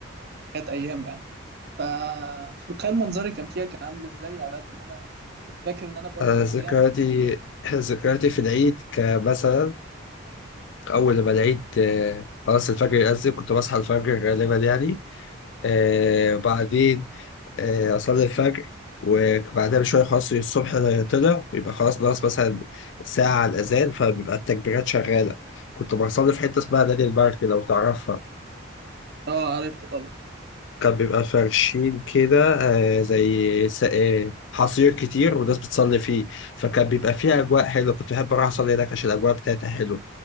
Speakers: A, on the right (about 50°); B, on the left (about 60°).
A: كانت ايام يعني فمش متخيل منظري كان فيها كان عامل ازاي على قد ما انا كنت فاكر ان انا برضو
B: انا
A: في الحلقة
B: ذكرياتي
A: دي
B: ذكرياتي في العيد كمثلا اول ما العيد آه، خلاص الفجر يأذن كنت بصحى الفجر غالبا يعني آه بعدين آه اصلي الفجر وبعدها بشويه خلاص الصبح طلع يبقى خلاص ناقص مثلا ساعه على الاذان فبيبقى التكبيرات شغاله كنت بصلي في حته اسمها نادي المرج لو تعرفها
A: اه عارف طبعا
B: كان بيبقى فرشين كده آه، زي س- آه، حصير كتير والناس بتصلي فيه فكان بيبقى فيه أجواء حلوة كنت بحب أروح أصلي هناك عشان الأجواء بتاعتها حلوة